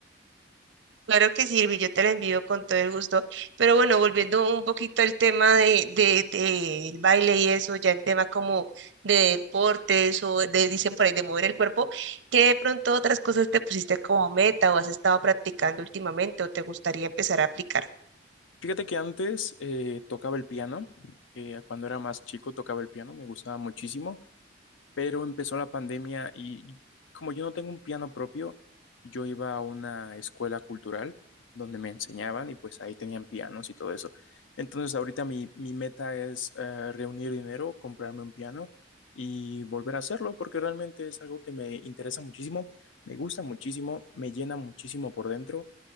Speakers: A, on the right; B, on the left.
A: Claro que sí, sirve, yo te la envío con todo el gusto. Pero bueno, volviendo un poquito al tema de, de, del baile y eso, ya en tema como de deportes o de, dicen por ahí, de mover el cuerpo, ¿qué de pronto otras cosas te pusiste como meta o has estado practicando últimamente o te gustaría empezar a aplicar?
B: Fíjate que antes eh, tocaba el piano. eh, cuando era más chico tocaba el piano, me gustaba muchísimo. pero empezó la pandemia y como yo no tengo un piano propio, yo iba a una escuela cultural donde me enseñaban y pues ahí tenían pianos y todo eso. Entonces ahorita mi, mi meta es eh, reunir dinero, comprarme un piano y volver a hacerlo porque realmente es algo que me interesa muchísimo, me gusta muchísimo, me llena muchísimo por dentro,